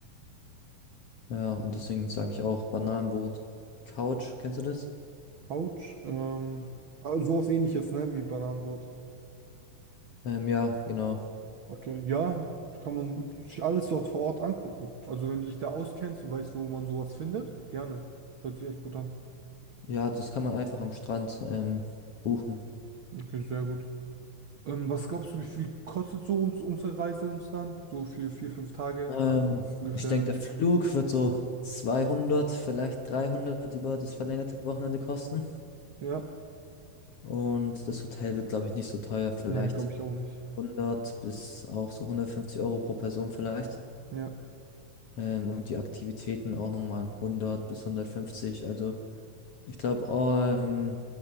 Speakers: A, on the left; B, on the right.
A: Ja, und deswegen sage ich auch Bananenboot, Couch, kennst du das?
B: Couch. Ähm, ah, sowas ähnliches, ne, wie Bananenboot.
A: Ähm, ja, genau.
B: Okay, ja, kann man sich alles dort vor Ort angucken. Also wenn du dich da auskennst und weißt, wo man sowas findet, gerne. Hört sich echt gut an.
A: Ja, das kann man einfach am Strand ähm, buchen.
B: Okay, sehr gut. Ähm, was glaubst du, wie viel kostet so uns unsere Reise uns dann? So für vier, fünf Tage
A: Ähm,
B: ungefähr.
A: ich denke, der Flug wird so 200 vielleicht 300 über das verlängerte Wochenende kosten.
B: Ja.
A: Und das Hotel wird, glaube ich, nicht so teuer, vielleicht
B: Ja, glaube ich auch nicht.
A: hundert bis auch so hundertfünfzig Euro pro Person vielleicht.
B: Ja.
A: Ähm, und die Aktivitäten auch nochmal hundert bis hundertfünfzig Also ich glaube, ähm,